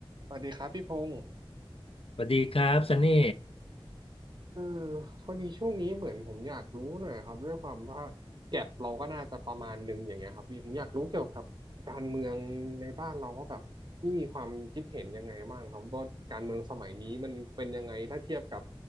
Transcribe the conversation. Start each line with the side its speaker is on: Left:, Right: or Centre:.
Right: สวัสดีครับพี่พงศ์
Left: สวัสดีครับซันนี่
Right: เออพอดีช่วงนี้เหมือนผมอยากรู้หน่อยครับด้วยความว่าแก็บเราก็น่าจะประมาณหนึงอย่างเงี้ยครับพี่ผมอยากรู้เกี่ยวกับการเมืองในบ้านเราก็แบบพี่มีความคิดเห็นยังไงบ้างครับว่าการเมืองสมัยนี้มันเป็นยังไงถ้าเทียบกับ